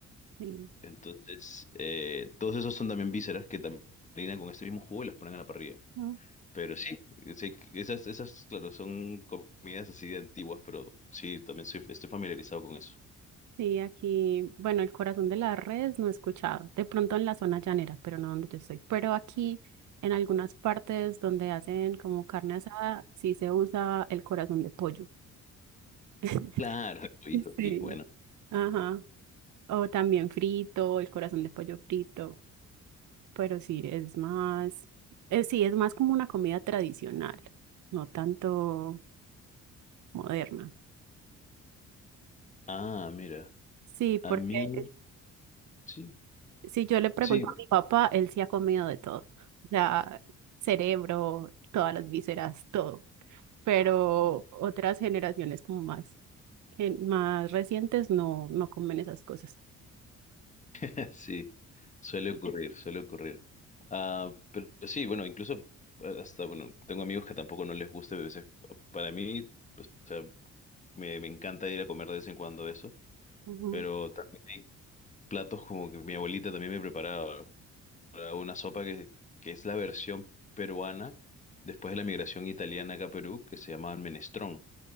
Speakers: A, on the right; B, on the left.
A: sí,
B: Entonces, eh, todos esos son también vísceras que también rellenan con este mismo jugo y las ponen a la parrilla.
A: ujú.
B: Pero sí, eh, sí, esas, esas, claro, son comidas así de antiguas, pero sí, también soy, estoy familiarizado con eso.
A: Sí, aquí, bueno, el corazón de las redes no he escuchado, de pronto en la zona llanera, pero no donde yo estoy, pero aquí en algunas partes donde hacen como carne asada, sí se usa el corazón de pollo. <laughs>
B: Claro, el pollito,
A: Sí.
B: sí, bueno.
A: Ajá, o también frito, el corazón de pollo frito, pero sí, es más, eh, sí, es más como una comida tradicional, no tanto moderna.
B: Ah, mira,
A: Sí, porque
B: a mí,
A: eh,
B: sí,
A: si yo le pregunto
B: sí,
A: a mi papá, él sí ha comido de todo. O sea, cerebro, todas las vísceras, todo. Pero otras generaciones como más, gen- más recientes no, no comen esas cosas.
B: <laughs> sí, suele ocurrir, suele ocurrir. Ah, pero sí, bueno, incluso eh, hasta, bueno, tengo amigos que tampoco no les gusta, a veces, ah, para mí, o sea, me, me encanta ir a comer de vez en cuando eso,
A: Ujú.
B: pero también hay platos como que mi abuelita también me preparaba. una sopa que, que es la versión peruana después de la migración italiana acá a Perú, que se llamaba menestrón,